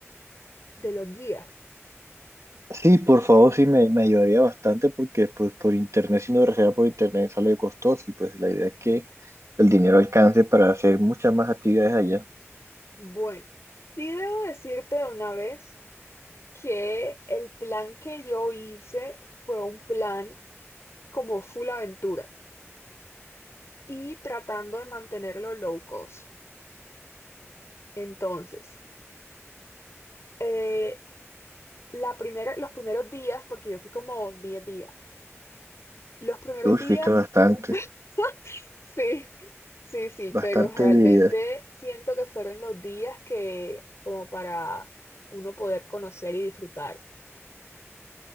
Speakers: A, on the left; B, on the right.
A: de los guías.
B: Sí, por favor, sí me, me ayudaría bastante porque pues por internet, si no reserva por internet sale costoso y pues la idea es que el dinero alcance para hacer muchas más actividades allá.
A: Bueno, sí debo decirte de una vez que el plan que yo hice fue un plan como full aventura y tratando de mantenerlo low cost. Entonces, eh, la primera, los primeros días, porque yo fui como 10 días, los primeros
B: Uy,
A: días,
B: fuiste bastante,
A: <laughs> sí, sí, sí,
B: bastante
A: pero realmente
B: días.
A: siento que fueron los días que como para uno poder conocer y disfrutar.